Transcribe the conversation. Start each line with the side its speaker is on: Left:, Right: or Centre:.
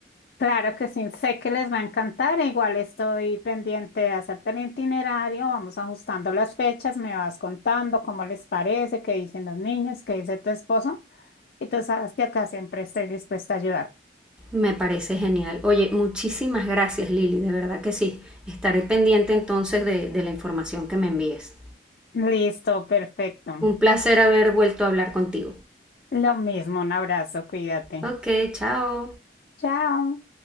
Left: Claro que sí, sé que les va a encantar. e Igual estoy pendiente de hacerte el itinerario. Vamos ajustando las fechas, me vas contando cómo les parece, qué dicen los niños, qué dice tu esposo. Y tú sabes que acá siempre estoy dispuesta a ayudar.
Centre: Me parece genial. Oye, muchísimas gracias Lili, de verdad que sí. Estaré pendiente entonces de, de la información que me envíes.
Left: Listo, perfecto.
Centre: Un placer haber vuelto a hablar contigo.
Left: Lo mismo, un abrazo, cuídate.
Centre: Ok, chao.
Left: Chao.